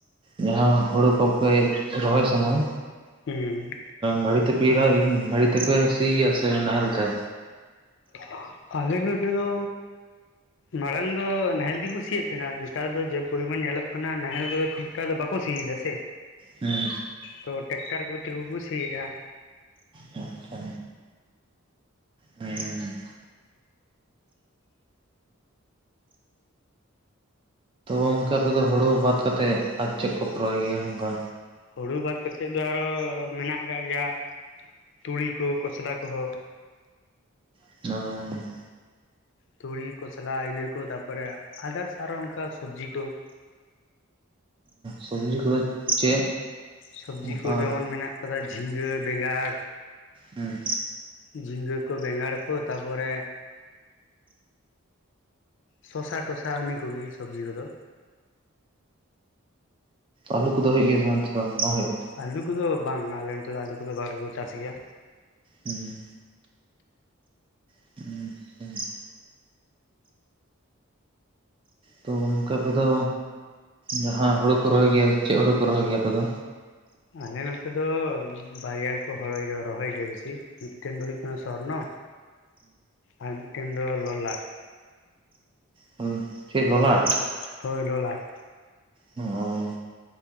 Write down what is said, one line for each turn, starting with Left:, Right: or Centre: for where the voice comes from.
Right: ᱡᱟᱦᱟᱸ ᱦᱳᱲᱳ ᱠᱚᱯᱮ ᱨᱚᱦᱚᱭ ᱥᱚᱢᱚᱭ
Left: ᱦᱩᱸ
Right: ᱜᱟᱹᱲᱤ ᱛᱮᱯᱮ ᱤᱨᱟ ᱜᱟᱹᱲᱤ ᱛᱮᱯᱮ ᱥᱤᱭᱟ ᱥᱮ ᱱᱟᱦᱮᱞ ᱛᱮ᱾
Left: <inaudible> ᱟᱞᱮ ᱱᱚᱛᱮ ᱫᱚ᱾ ᱢᱟᱲᱟᱝ ᱫᱚ ᱱᱟᱦᱮᱞ ᱛᱮᱜᱤ ᱠᱩ ᱥᱤᱭᱮᱫ ᱛᱟᱦᱮᱱᱟ ᱱᱮᱛᱟᱨ ᱫᱚ ᱡᱮ ᱯᱚᱨᱤᱢᱟᱱ ᱧᱮᱞᱚᱜ ᱠᱟᱱᱟ ᱱᱟᱦᱮᱞ ᱠᱚᱫᱚ ᱠᱷᱩᱵ- ᱠᱟ ᱫᱚ ᱵᱟᱠᱚ ᱥᱤᱤᱭ ᱮᱫᱟ ᱥᱮ᱾
Right: ᱦᱩᱸ
Left: ᱛᱚ ᱴᱮᱠᱴᱟᱨ ᱠᱚ ᱛᱮ ᱜᱮᱠᱩ ᱥᱤᱭᱮᱫ-ᱟ᱾
Right: ᱟᱪᱪᱷᱟ ᱦᱩᱸ ᱜᱚᱢᱠᱮ ᱟᱯᱮ ᱫᱚ ᱦᱩᱲᱩ ᱵᱟᱫ ᱠᱟᱛᱮᱫ ᱟᱨ ᱪᱮᱫ ᱠᱚᱯᱮ ᱨᱚᱦᱚᱭ ᱜᱮᱭᱟ ᱚᱱᱠᱟ᱾
Left: ᱦᱩᱲᱩ ᱵᱟᱫ ᱠᱟᱛᱮᱫ ᱫᱚ ᱟᱨᱦᱚᱸ ᱢᱮᱱᱟᱜ ᱟᱠᱟᱫ ᱜᱮᱭᱟ ᱛᱩᱲᱤ ᱠᱚ ᱠᱷᱚᱥᱞᱟ ᱠᱚᱦᱚᱸ᱾
Right: <unintelligible>
Left: ᱛᱩᱲᱤ ᱠᱚᱥᱞᱟ ᱤᱱᱟᱹ ᱠᱚ ᱛᱟᱯᱚᱨᱮ ᱟᱫᱟᱨᱥ ᱟᱨᱚ ᱚᱱᱠᱟ ᱥᱚᱵᱽᱡᱤ ᱠᱚ᱾
Right: ᱥᱚᱵᱽᱡᱤ ᱠᱚᱫᱚ ᱪᱮᱫ
Left: ᱥᱚᱵᱽᱡᱤ
Right: ᱚᱱᱠᱟ
Left: ᱠᱚ ᱡᱮᱢᱚᱱ ᱢᱮᱱᱟᱜ ᱠᱟᱫᱟ ᱡᱷᱤᱸᱜᱟᱹ, ᱵᱮᱸᱜᱟᱲ
Right: ᱦᱩᱸ
Left: ᱡᱷᱤᱸᱜᱟᱹ ᱠᱚ, ᱵᱮᱸᱜᱟᱲ ᱠᱚ ᱛᱟᱯᱚᱨᱮ ᱥᱚᱥᱟ ᱴᱚᱥᱟ ᱤᱱᱟᱹ ᱠᱚᱜᱮ ᱥᱚᱵᱽᱡᱤ ᱠᱚᱫᱚ᱾
Right: ᱟᱞᱩ ᱠᱚᱫᱚ ᱦᱩᱭᱩᱜ ᱜᱮᱭᱟ ᱥᱮ ᱵᱟᱝ ᱚᱱᱛᱮ ᱫᱚ ᱵᱟᱝ ᱦᱩᱭᱩᱜ-ᱟ?
Left: ᱟᱹᱞᱩ ᱠᱚᱫᱚ ᱵᱟᱝ ᱟᱞᱮ ᱱᱚᱛᱮ ᱫᱚ ᱟᱹᱞᱩ ᱠᱚᱫᱚ ᱵᱷᱟᱜᱮ ᱠᱚ ᱪᱟᱥ ᱜᱮᱭᱟ᱾
Right: ᱦᱩᱸ <inaudible> ᱛᱚ ᱜᱚᱢᱠᱮ ᱟᱯᱮ ᱫᱚ ᱡᱟᱦᱟᱸ ᱦᱳᱲᱳ ᱠᱚ ᱨᱚᱦᱚᱭ ᱜᱮᱭᱟ ᱪᱮᱫ ᱦᱳᱲᱳ ᱠᱚ ᱨᱚᱦᱚᱭ ᱜᱮᱭᱟ ᱟᱯᱮ ᱫᱚ?
Left: ᱟᱞᱮ ᱱᱚᱛᱮ ᱫᱚ ᱵᱟᱨᱭᱟ ᱜᱮᱠᱚ <unintelligible> ᱨᱚᱦᱚᱭ ᱜᱮᱭᱟ ᱵᱮᱥᱤ ᱢᱤᱫᱴᱮᱱ ᱫᱚ ᱦᱩᱭᱩᱜ ᱠᱟᱱᱟ ᱥᱚᱨᱱᱚ ᱟᱨ ᱢᱤᱫᱴᱮᱱ ᱫᱚ ᱞᱚᱞᱟᱴ᱾
Right: ᱦᱩᱸ ᱪᱮᱫ ᱞᱚᱞᱟᱴ?
Left: ᱦᱳᱭ ᱞᱚᱞᱟᱴ᱾
Right: ᱦᱚᱸ